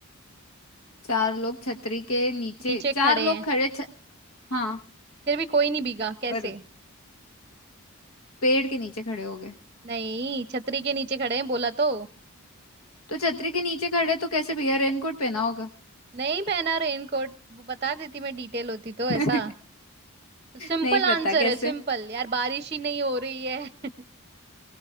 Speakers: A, on the left; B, on the right.
A: चार लोग छतरी के नीचे
B: नीचे
A: चार
B: खड़े
A: लोग
B: हैं
A: खड़े छ... हाँ
B: फिर भी कोई नहीं भीगा कैसे
A: पर पेड़ के नीचे खड़े हो गए
B: नहीं छतरी के नीचे खड़े हैं बोला तो
A: तो छतरी के नीचे खड़े तो कैसे भैया रेनकोट पहना होगा
B: नहीं पहना रेनकोट वो बता देती मैं डिटेल होती तो
A: <laughs>
B: ऐसा सिंपल
A: नहीं
B: आंसर
A: पता कैसे
B: है सिंपल यार बारिश ही नहीं हो रही है